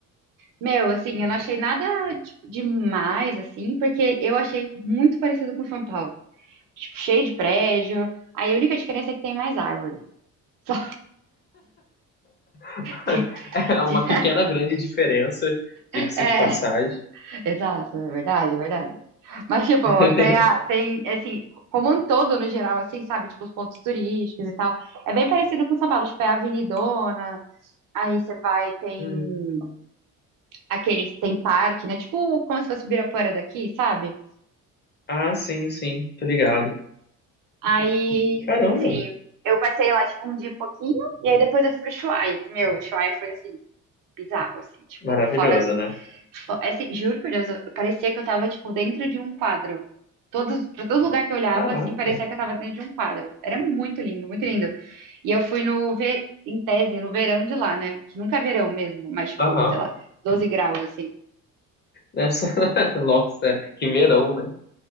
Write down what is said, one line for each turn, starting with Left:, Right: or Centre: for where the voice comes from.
Right: Meu, assim, eu não achei nada, tipo, demais, assim, porque eu achei muito parecido com São Paulo. Tipo, cheio de prédio. Aí a única diferença é que tem mais árvore. <laughs> Só
Left: <laughs>
Right: de-
Left: É uma
Right: de-
Left: pequena, grande diferença, diga-se
Right: É,
Left: de passagem.
Right: é, exato, é verdade, é verdade. Mas, tipo,
Left: <laughs>
Right: tem, a, tem, assim, como um todo, no geral, assim, sabe? Tipo, os pontos turísticos e tal. É bem parecido com São Paulo. Tipo, é a Avenidona. Aí você vai, tem
Left: Hum.
Right: aqueles, tem parque, né? Tipo, como se fosse o Ibirapuera daqui, sabe?
Left: Ah, sim, sim, tô ligado.
Right: Aí,
Left: Caramba,
Right: enfim, eu passei lá, tipo, um dia e pouquinho, e aí depois eu fui pro Ushuaia. Meu, o Ushuaia foi, assim, bizarro, assim, tipo,
Left: maravilhoso,
Right: fora...
Left: né?
Right: fo- é Assim, juro por Deus, eu, parecia que eu tava, tipo, dentro de um quadro. Todos, pra todo lugar que eu olhava,
Left: Caraca.
Right: assim, parecia que eu tava dentro de um quadro. Era muito lindo, muito lindo. E eu fui no, ve- em tese, no verão de lá, né? Que nunca é verão mesmo, mas, tipo,
Left: Aham.
Right: sei lá, doze graus, assim.
Left: Essa... <laughs> Nossa, que verão, né?